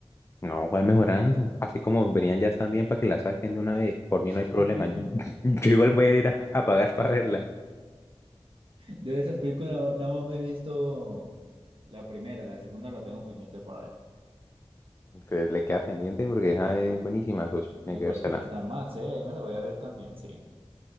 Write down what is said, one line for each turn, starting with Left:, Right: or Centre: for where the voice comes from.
Left: No, igual mejorando. Así como verían ya también para que la saquen de una vez. Por mí
Right: <laughs>
Left: no hay problema. <laughs> Yo igual voy a ir a, a pagar para verla.
Right: Yo de esas películas no, no me he visto la primera, la segunda la tengo pendiente para ver.
Left: Pero le queda pendiente porque esa es buenísima, socio. Tiene
Right: Me
Left: que
Right: parece
Left: vérsela.
Right: que está más, sí, Ahí me la voy a ver también, sí.